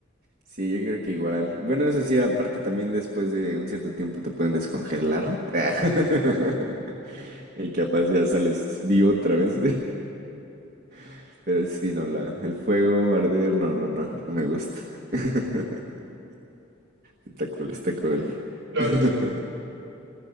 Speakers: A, on the right; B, on the right.
A: Sí, yo creo que igual. Bueno, eso sí, aparte también después de un cierto tiempo te pueden descongelar. <laughs> Y capaz ya sales vivo otra vez. <laughs> Pero sí, no, la, el fuego, arder, no, no, no, no me gusta. <laughs> Está cool, está cool.
B: La
A: <laughs>
B: verdad, sí.